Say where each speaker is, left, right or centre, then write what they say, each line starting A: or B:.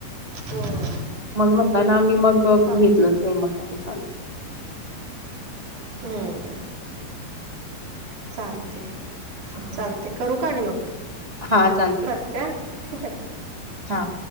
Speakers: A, on the right; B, on the right.
A: हो, हो.
B: मग म्हणताय ना आम्ही मग अ
A: चालते.
B: घेतलंच नाही मग तसं चालू
A: हम्म. चालतेय
B: हा.
A: चालते करू का आणि मग
B: हा चालते
A: करते हां ठीवू काय?
B: हा.